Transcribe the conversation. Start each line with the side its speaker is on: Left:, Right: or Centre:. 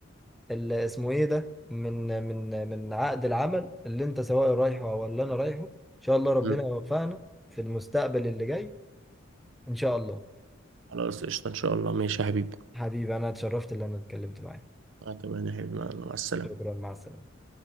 Centre: ال- اسمه ايه ده من من من عقد العمل اللي انت سواء رايحه ولا انا رايحه ان شاء الله ربنا
Right: مم.
Centre: يوفقنا في المستقبل اللي جاي ان شاء الله
Right: خلاص قشطة ان شاء الله ماشي يا حبيبي
Centre: حبيبي انا اتشرفت ان انا اتكلمت معاك
Right: انا كمان يا حبيبي مع مع السلامة
Centre: شكرا مع السلامه